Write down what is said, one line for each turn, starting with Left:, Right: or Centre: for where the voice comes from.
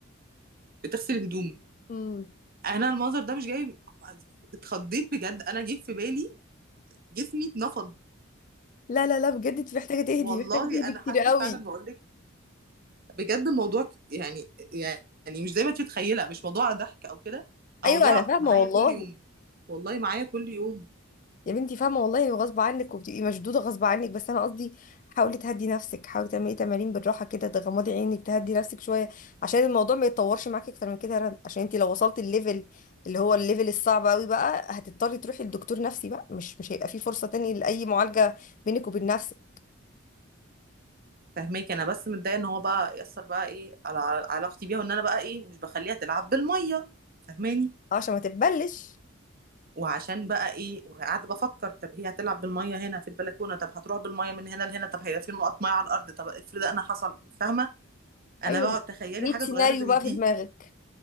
Right: تغسل هدومه
Left: امم
Right: انا المنظر ده مش جاي اتخضيت بجد انا جه في بالي جسمي اتنفض
Left: لا لا لا بجد انت محتاجة تهدي
Right: والله
Left: محتاجة تهدي
Right: انا حاسه
Left: كتير قوي
Right: فعلا بقول لك بجد الموضوع ك- يعني يعني مش زي ما انت متخيله مش موضوع ضحك او كده او
Left: ايوه
Right: موضوع
Left: انا فاهمة
Right: معايا
Left: والله
Right: كل يوم والله معايا كل يوم
Left: يا بنتي فاهمة والله وغصب عنك وبتبقي مشدودة غصب عنك بس انا قصدي حاولي تهدي نفسك حاولي تعملي تمارين بالراحة كده تغمضي عينك تهدي نفسك شوية عشان الموضوع ما يتطورش معاكي اكتر من كده يا رنا عشان انت لو وصلت الليفل اللي هو الليفل الصعب قوي بقى هتضطري تروحي لدكتور نفسي بقى مش مش هيبقى في فرصة تاني لأي معالجة بينك وبين نفسك
Right: فهماك انا بس متضايقه ان هو بقى يأثر بقى ايه على على علاقتي بيها وان انا بقى ايه مش بخليها تلعب بالميه فهماني
Left: عشان ما تتبلش
Right: وعشان بقى ايه وقاعده بفكر طب هي هتلعب بالميه هنا في البلكونه طب هتروح بالميه من هنا لهنا طب هيبقى في نقط ميه على الارض طب افرض انا حصل فاهمه انا
Left: ايوه
Right: بقعد تخيلي
Left: 100
Right: حاجه
Left: سيناريو
Right: صغيره زي
Left: بقى
Right: دي
Left: في دماغك